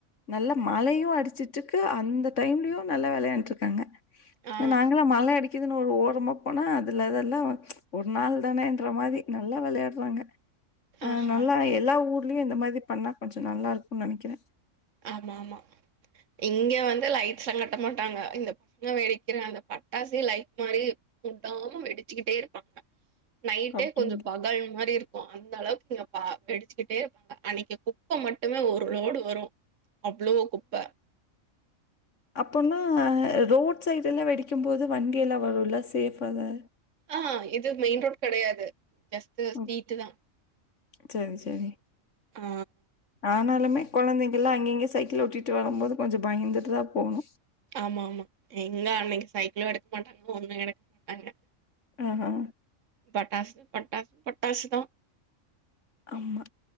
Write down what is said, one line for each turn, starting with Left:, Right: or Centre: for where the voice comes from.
Left: நல்லா மழையு அடிச்சுட்டு இருக்கு அந்த டைம்லையு நல்லா வெளையாண்டுட்டு இருக்காங்க
Right: ஆ
Left: நாங்களா மழ அடிக் க்குது னு ஒரு ஓரமாபோனா அதுலெதல்லா ஒரு நாள் தானேன்ற மாரி நல்லா விளையாடறாங்க அஹ்
Right: ஆஹா
Left: நல்லா எல்லா ஊர் நீ அந்த மாரி பண்ணா கொஞ்சோ நல்லா இருக்குனு நெனைக்கிற
Right: ஆமாமா இங்க வந்து லைட்ஸ் சங்கட்ட மாட்டாங்க இந்த பசங்க வெடிக்குற அந்த பட்டாசே லைட்ஸ் மாரி வுடாம வெடிசுகிட்டே இருப்பாங்க நைட்டே
Left: கபடி
Right: கொஞ்சோ பகல் மாறி இருக் போ அந்த அளவுக் இங்க பா வெடிசுகிட்டே இருப்பாங்க அன்னைக்கி குப்ப மட்டுமே ஒரு லோடு வரு அவ்ளோ குப்ப
Left: அப்போனா ரோட் சைடு எல்லா வெடிக்கு போது வண்டி எல்லா வருல சேஃபாதா
Right: ஆஹ் இது மெயின் ரோட் கெடையாது ஜஸ்ட் ஸ்ட்ரீட்
Left: உம்
Right: தான்.
Left: சேரி சேரி
Right: ஆ
Left: ஆனாலுமே கொழந்தைகள்லா அங்கிங்யு சைக்கிள் ஓட்டிட்டு வருபோது கொஞ்சோ பயந்துட்டுதா போணு
Right: ஆம்மாமா எங்க அன்னைக்கி சைக்கிளு எடுக்க மாட்டா ஒண்ணு எடுக்க மாட்டாங்க
Left: ஆஹா
Right: பட்டாசு பட்டாசு பட்டாசுதா
Left: ஆமா.